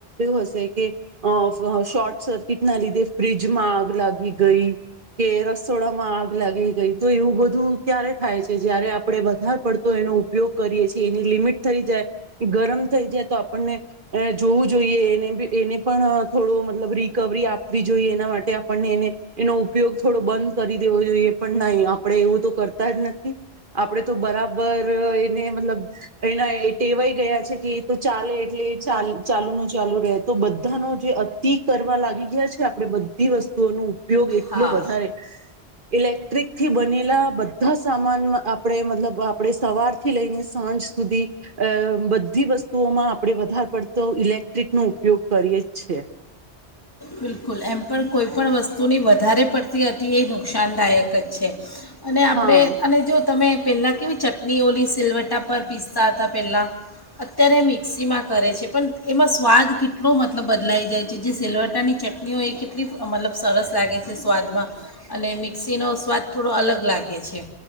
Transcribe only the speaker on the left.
હા
બિલકુલ એમ પણ કોઈ પણણ વસ્તુની, વધારે પડતી હતી એ નુકસાનદાયક જ છે. અને આપણે,
અને જો તમે પહેલાં કેવી ચટણી ઓલી સિલવટા પર પીસતા હતા. પહેલાં અત્યારે મિક્સીમાં કરે છે, પણ એમાં સ્વાદ કેટલો મતલબ બદલાઈ જાય છે, જે સિલવટાની ચટ ની હો એ કેટલી મતલબ સરસ લાગે છે, સ્વાદમાં અને મિક્સીનો સ્વાદ થોડો અલગ લાગે છે.